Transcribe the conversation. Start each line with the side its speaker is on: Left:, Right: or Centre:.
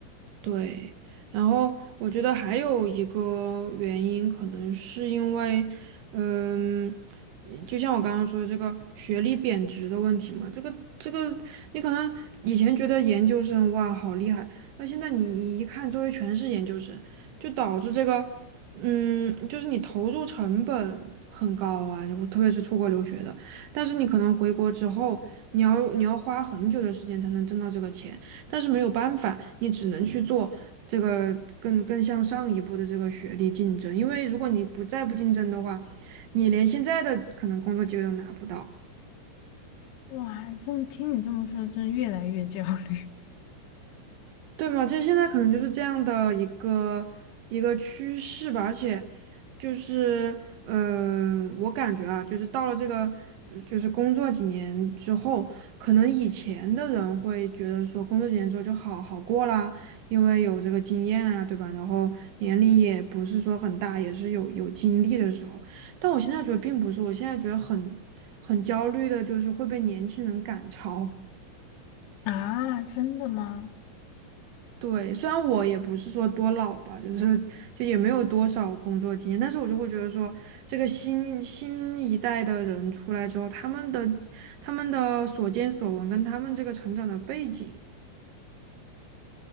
Right: 对，然后我觉得还有一个原因，可能是因为，嗯，嗯就像我刚刚说的这个学历贬值的问题嘛，这个这个，你可能以前觉得研究生哇好厉害，那现在你一看周围全是研究生，就导致这个，嗯，就是你投入成本很高啊，你特别是出国留学的，但是你可能回国之后，你要你要花很久的时间才能挣到这个钱。但是没有办法，你只能去做这个更更向上一步的这个学历竞争，因为如果你不再不竞争的话，你连现在的可能工作机会都拿不到。
Left: 哇，这么听你这么说，真越来越焦虑
Right: 对嘛，就现在可能就是这样的一个一个趋势吧，而且就是嗯，我感觉啊，就是到了这个呃就是工作几年之后，可能以前的人会觉得说工作几年之后就好好过啦，因为有这个经验啊，对吧？然后年龄也不是说很大，也是有有经历的时候。但我现在觉得并不是，我现在觉得很很焦虑的，就是会被年轻人赶超。
Left: <laughs> 啊！真的吗？
Right: 对，虽然我也不是说多老吧，就是就也没有多少工作经验，但是我就会觉得说，这个新新一代的人出来之后，他们的他们的所见所闻跟他们这个成长的背景，